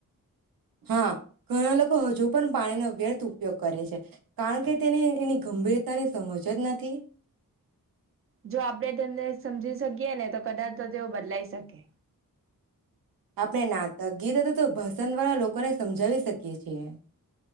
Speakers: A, on the right; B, on the right.
A: હા ઘણા લોકો હજુ પણ પાણીનો વ્યર્થ ઉપયોગ કરે છે કારણ કે તેને એની ગંભીરતાની સમજ જ નથી.
B: જો આપડે તને સમજી શકીયએ ને તો કદાચ તો તેઓ બદલાઈ શકે.
A: આપણે નાટક' ગીત અથવા તો ભાસ પસંદવાળા લોકોને સમજાવી શકીએ છીએ.